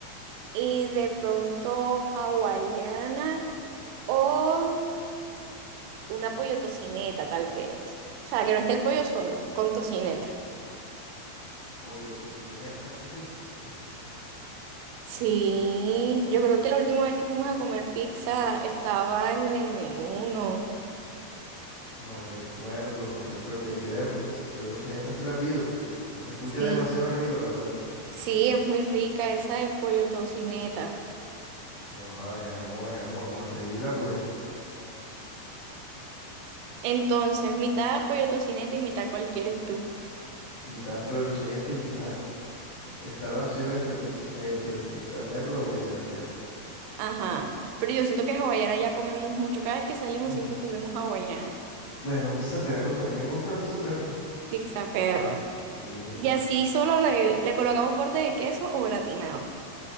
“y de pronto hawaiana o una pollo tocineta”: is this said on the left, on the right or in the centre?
Right